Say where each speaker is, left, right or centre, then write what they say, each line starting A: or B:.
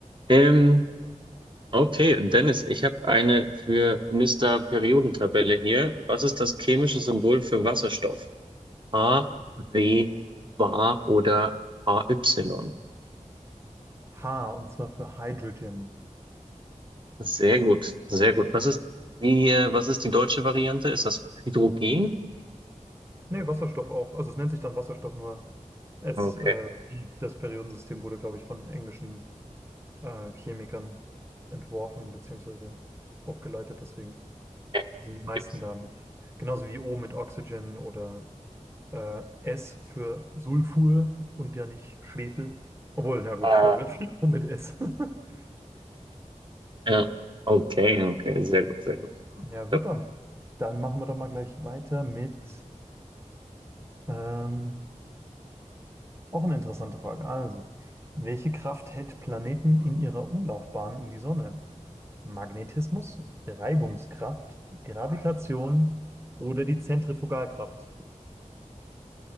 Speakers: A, on the right; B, on the right.
A: Ähm, Okay, Dennis, ich habe eine für Mister Periodentabelle hier. Was ist das chemische Symbol für Wasserstoff? A, W, Bar oder AY?
B: H, und zwar für Hydrogen.
A: Sehr gut, sehr gut. Was ist die, äh, was ist die deutsche Variante? Ist das Hydrogen?
B: Nee, Wasserstoff auch. Also es nennt sich dann Wasserstoff, nur es,
A: Okay.
B: äh, die, das Periodensystem wurde, glaube ich, von englischen äh, Chemikern entworfen beziehungsweise aufgeleitet. Deswegen
A: Ja,
B: sind die meisten
A: Gibt's.
B: damit. Genauso wie O mit Oxygen oder äh, S für Sulfur und ja nicht Schwefel. Obwohl, na gut,
A: Ah,
B: Schwefel <laughs> steht auch mit S. <laughs>
A: ja. Okay, okay, sehr gut, sehr gut.
B: Ja,
A: Wunderbar.
B: super. Dann machen wir doch mal gleich weiter mit ähm, auch eine interessante Frage. Also, welche Kraft hält Planeten in ihrer Umlaufbahn um die Sonne? Magnetismus, Reibungskraft, Gravitation oder die Zentrifugalkraft?